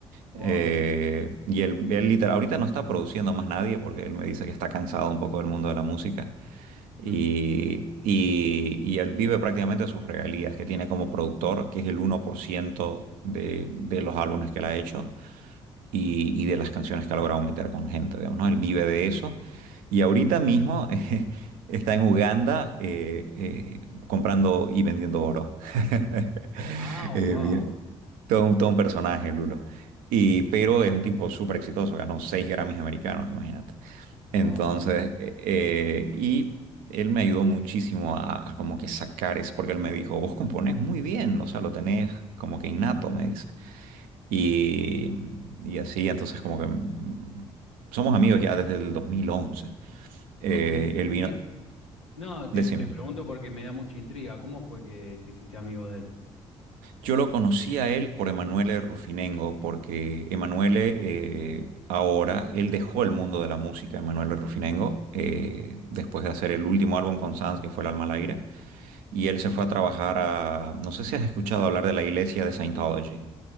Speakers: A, on the left; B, on the right.
A: Wow.
B: Eh, y él, él literal, ahorita no está produciendo más nadie porque él me dice que está cansado un poco del mundo de la música
A: <laughs>
B: y, y, y él vive prácticamente sus regalías que tiene como productor, que es el 1% de, de los álbumes que él ha hecho y, y de las canciones que ha logrado meter con gente, digamos, ¿no? Él vive de eso. Y ahorita mismo <laughs> eh, está en Uganda eh, eh, comprando y vendiendo oro. <laughs>
A: Ah, wow.
B: Eh, bien, todo, un todo un personaje, Lulo. Y, pero es un tipo súper exitoso, ganó seis Grammys americanos, imagínate.
A: Wow.
B: Entonces, eh, eh, y él me ayudó muchísimo a, a como que sacar eso, porque él me dijo, vos componés muy bien, o sea, lo tenés como que innato, me dice. Y, y así, entonces como que mm, somos amigos ya desde el 2011.
A: Y
B: Eh,
A: co- eh,
B: él vino,
A: di- no, te,
B: decime.
A: te pregunto porque me da mucha intriga. ¿Cómo fue que te hiciste amigo de él?
B: Yo lo conocí a él por Emanuele Rufinengo, porque Emanuele eh, ahora, él dejó el mundo de la música, Emanuele Rufinengo, eh, después de hacer el último álbum con Sanz, que fue El alma al aire, y él se fue a trabajar a, no sé si has escuchado hablar de la iglesia de Scientology.